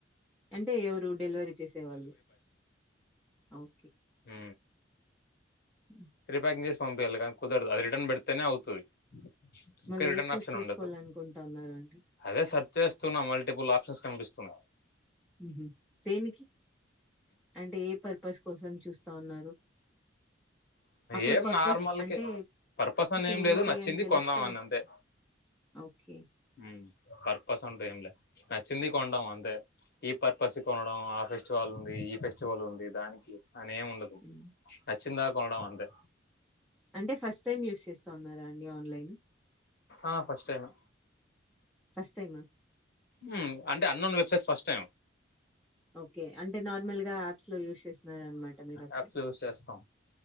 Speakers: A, in the centre; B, on the left (about 55°).
A: అంటే ఎవరు డెలివరీ చేసేవాళ్ళు అవు
B: ఊ
A: హ్మ్.
B: ప్రిప్యాకింగ్ చేస్ పంపియాలే గాని కుదరదు అది రటర్న్ పెడతేనే అవుతది ఇక
A: మళ్ళీ
B: రిటన్
A: ఏది చూస్
B: ఆప్షన్
A: చేసుకోవాలనుకుంటా
B: ఉండదు
A: ఉన్నారు అండి?
B: అదే స చేస్తున్నా మల్టిపుల్ ఆప్షన్స్ కనిపిస్తున్నాయి
A: ఉహు దేనికి అంటే ఏ పర్పస్ కోసం చూస్తా ఉన్నారు అప్పుడు
B: ఏం
A: పర్పస్
B: నార్మల్కి
A: అంటే
B: పర్పస్ అని ఏం
A: ఏంటి
B: లేదు నచ్చింది
A: అని తెలిస్తే
B: కొందామని అంతె
A: ఓకే.
B: ఉ పర్పస్ అంటు ఏం లే నచ్చింది కొండం అంతే ఈ పర్పస్ కొనడం ఆ ఫెస్టివల్ ఉంది ఈ ఫెస్టివల్ ఉంది దానికి అనేేము ఉండదు
A: హ్మ్.
B: న చిన్న కొనడం అంతే
A: అంటే ఫస్ట్ టైమ్ యూస్ చేస్తా ఉన్నారా డి ఆన్లైన్
B: ఆ ఫస్ట్ టైమే
A: ఫస్ట్ టైమా
B: ఊ అంటే unknown website first time
A: okay అంటే నార్మల్ గా యాప్స్ లో యూస్ చేసున్నారన మాట మీరు ఒకరే
B: యాప్స్ యూస్ చేస్తాం